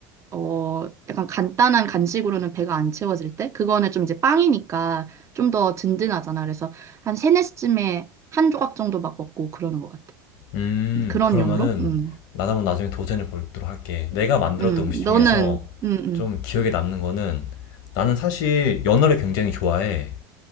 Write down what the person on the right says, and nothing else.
어, 약간 간단한 간식으로는 배가 안 채워질 때? 그거는 좀 이제 빵이니까 좀 더 든든하잖아. 그래서 한 세네 시쯤에 한 조각 정도 막 먹고 그러는 것 같아.
그런
용으로? 음,
음.
음. 너는,
음,